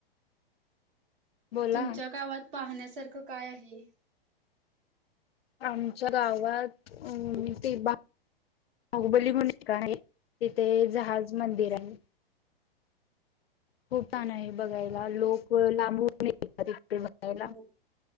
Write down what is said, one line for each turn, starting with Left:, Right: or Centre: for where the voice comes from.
Left: बोला
Right: तुमच्या गावात पाहण्यास सारखं काय आहे?
Left: आमच्या गावात अ ते बा बाहुबली म्हणून एक काय? तिथे एक जहाज मंदिर हाय. हम. खूप छान आहे बघायला लोक लांबून येतात इथे बघायला,
Right: हो